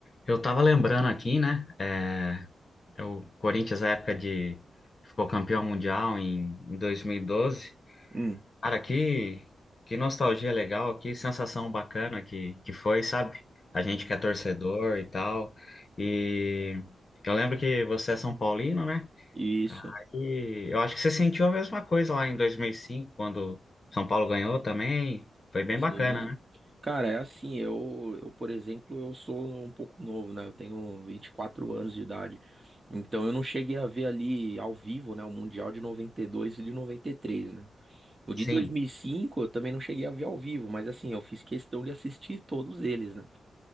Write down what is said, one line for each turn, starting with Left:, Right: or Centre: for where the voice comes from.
Left: Eu tava lembrando aqui, né? É, é o Corinthians, a época de que ficou campeão mundial em, em 2012.
Right: Hum,
Left: Cara, que, que nostalgia legal, que sensação bacana que, que foi, sabe? A gente que é torcedor e tal. E eu lembro que você é São Paulino, né?
Right: isso,
Left: E eu acho que você sentiu a mesma coisa lá em 2005, quando São Paulo ganhou também. Foi bem
Right: sim.
Left: bacana, né?
Right: Cara, é assim, eu, eu, por exemplo, eu sou um pouco novo, né? Eu tenho 24 anos de idade. Então eu não cheguei a ver ali ao vivo, né, o Mundial de noventa e dois e de noventa e três né? O
Left: Sim.
Right: de dois mil e cinco eu também não cheguei a ver ao vivo, mas assim, eu fiz questão de assistir todos eles, né?